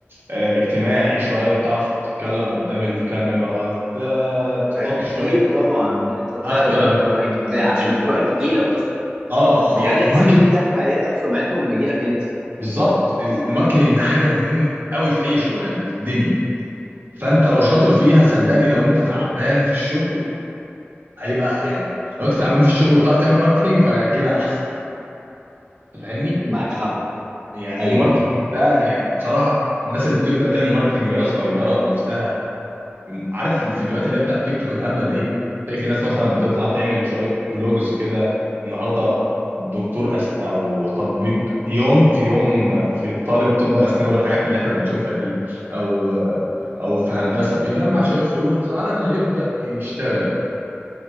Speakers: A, on the right; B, on the right.
A: آه، اجتماعي شويه بتعرف تتكلم قدام الكاميرا ت- تحط
B: اكيد
A: شويه
B: طبعا ان انت تعرض
A: افتر
B: للكلاينت
A: اند
B: بتاع عشان
A: بيفور
B: الكلاينت يجي لك اصلا
A: اه آه،
B: ما
A: يعني
B: هو ليه
A: الماركت
B: هيسيب ال 100000 عياده بسمعتهم ويجي لك انت
A: بالظبط الماركتينج ده حاجه مهمه قوي في اي شغلانه في الدنيا فانت لو شاطر فيها صدقني لو انت تعبان في الشغل هيبقى يعني لو انت تعبان في الشغل وبتعرف تعمل ماركتينج فكده احسن انت فاهمني
B: معاك حق
A: يعني
B: ايوه
A: الماركتينج ده يعني بصراحه الناس اللي بتبدا تعمل ماركتينج وهي صغيره لنفسها عارف الفيديوهات اللي هي بتاعت تيك توك الهبله دي تلاقي في ناس مثلا بتطلع تعمل شويه فلوجز كده النهارده دكتور أس... او طبيب يوم في يوم في طالب طب اسنان والحاجات اللي احنا بنشوفها دي او او في هندسه بيجمع شويه فولورز على ما يبدا يشتغل